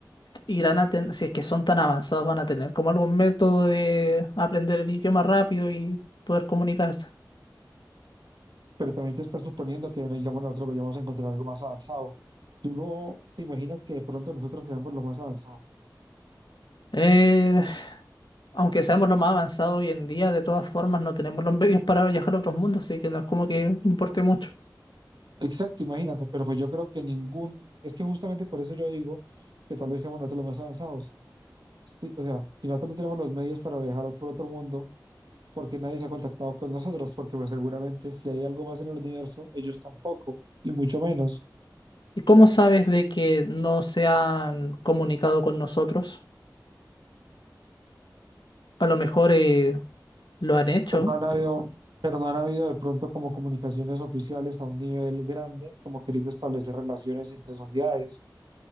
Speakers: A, on the left; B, on the right.
A: irán a tener, si es que son tan avanzados, van a tener como algún método de aprender el idioma rápido y poder comunicarse.
B: pero también te estás suponiendo que, no, digamos, nosotros vayamos a encontrar algo más avanzado. ¿Tú no te imaginas que de pronto nosotros seamos lo más avanzado?
A: Eh, aunque seamos lo más avanzados hoy en día, de todas formas no tenemos los medios para viajar a otros mundos, así que no es como que importe mucho.
B: Exacto, imagínate, pero pues yo creo que ningún, es que justamente por eso yo digo que tal vez seamos nosotros los más avanzados. Sí, o sea, si nosotros no tenemos los medios para viajar por otro mundo, porque nadie se ha contactado con nosotros, porque pues seguramente si hay algo más en el universo, ellos tampoco, y mucho menos.
A: ¿Y cómo sabes de que no se han comunicado con nosotros? A lo mejor eh, lo han hecho.
B: Pues no han habido, pero no han habido de pronto como comunicaciones oficiales a un nivel grande, como queriendo establecer relaciones entre sociedades,